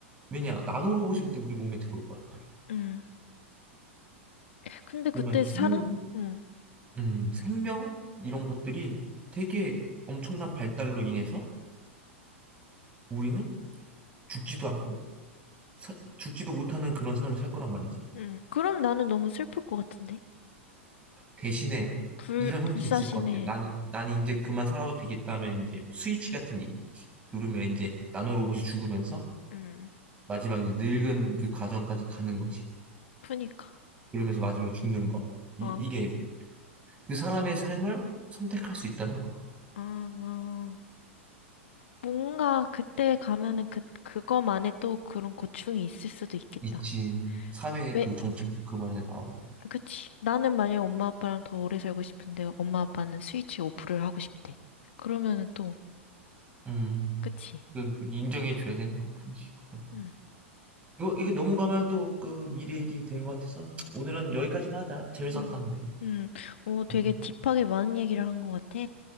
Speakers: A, on the right; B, on the left.
A: 왜냐, 나노로봇이 그때 우리 몸에 들어올 거란 말이야.
B: 음, 근데 그때
A: 그러면 생,
B: 사람? 음.
A: 음, 생명 이런 것들이 되게 엄청난 발달로 인해서 우리는 죽지도 않고 사- 죽지도 못하는 그런 삶을 살 거란 말이지.
B: 음, 그럼 나는 너무 슬플 것 같은데?
A: 대신에
B: 불,
A: 이런 형태는
B: 불사신의,
A: 있을 것 같아. 난, 난 이제 그만 살아도 되겠다면 이제 스위치 같은 게 있겠지. 누르면 이제 나노로봇이 죽으면서
B: 음.
A: 마지막 이제 늙은 그 과정까지 가는 거지.
B: 그니까.
A: 그러면서 마지막에 죽는 거. 이,
B: 어,
A: 이게 그 사람의 삶을 선택할 수 있다는 거야.
B: 아, 아. 뭔가 그때 가면은 그, 그거만의 또 그런 고충이 있을 수도 있겠다.
A: 미친 사회의
B: 왜,
A: 그 정책도 그만에 나오고.
B: 그치. 나는 만약에 엄마 아빠랑 더 오래 살고 싶은데 엄마 아빠는 스위치 오프를 하고 싶대. 그러면은 또,
A: 음,
B: 그치.
A: 그 인정해줘야 되는 부분이지, 그건.
B: 응.
A: 이거, 이게 넘어가면 또 그 미래 얘기 되는 것 같아서 오늘은 여기까지만 하자. 재밌었다,
B: 음.
A: 근데.
B: 음, 오, 되게
A: 음,
B: 딥하게 많은 얘기를 한 것 같아.